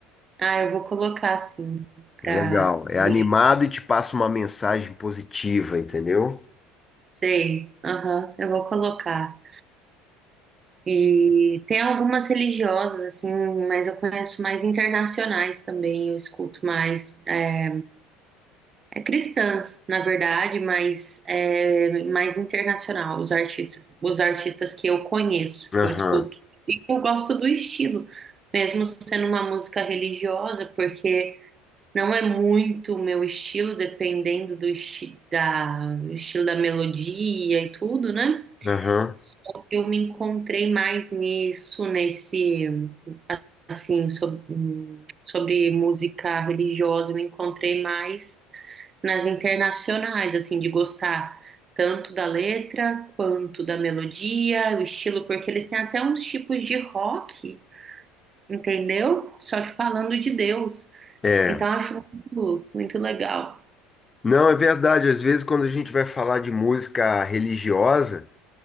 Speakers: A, on the right; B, on the left.
A: ah, eu vou colocar assim pra
B: É legal, é
A: ver.
B: animado e te passa uma mensagem positiva, entendeu?
A: Sei. Aham, eu vou colocar. E tem algumas religiosas assim, mas eu conheço mais internacionais também, eu escuto mais. é, É cristãs, na verdade, mas é mais internacional, os artistas, os artistas que eu conheço,
B: Aham,
A: que eu escuto. E eu gosto do estilo, mesmo sendo uma música religiosa, porque não é muito o meu estilo, dependendo do esti da, do estilo da melodia e tudo, né?
B: aham,
A: Só que eu me encontrei mais nisso, nesse assim, sob- hum, sobre, música religiosa, eu me encontrei mais nas internacionais, assim, de gostar tanto da letra quanto da melodia, o estilo, porque eles têm até uns tipos de rock, entendeu? Só que falando de Deus.
B: é.
A: Então, eu acho muito, muito legal.
B: Não, é verdade, às vezes quando a gente vai falar de música religiosa,